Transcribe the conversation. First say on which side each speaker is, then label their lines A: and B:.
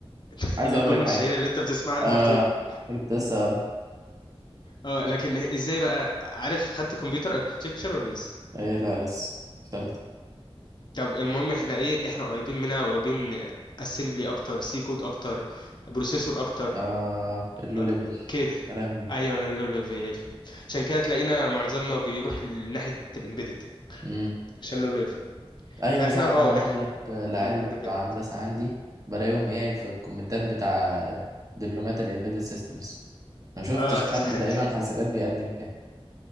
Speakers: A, on the left; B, on the right.
A: <laughs>
B: عايز
A: الجمله
B: اقول لك حاجه
A: الشهيره اللي انت بتسمعها الهاردوير
B: اه كنت لسه
A: اه لكن ازاي بقى عارف خدت كمبيوتر اركتكتشر ولا لسه
B: إيه لا لسه في تالتة
A: طب المهم احنا ايه احنا قريبين منها قريبين من اسمبلي اكتر سي كود اكتر بروسيسور اكتر
B: آه اللو
A: آه،
B: ليفل
A: كده
B: يا لهوي
A: ايوه انا اللو ليفل عشان كده تلاقينا معظمنا بيروح لناحيه الامبيدد
B: مم.
A: عشان لو ليفل
B: أيوة
A: فاحنا
B: صح
A: اه
B: أنا
A: احنا
B: أغلب العيال
A: لو
B: بتوع
A: ليفل اكتر
B: هندسة عندي بلاقيهم إيه في الكومنتات بتاع دبلومات الإمبيدد سيستمز ما شفتش
A: اه هتفتح
B: حد
A: انت
B: تقريبا حاسبات بيقدم فيها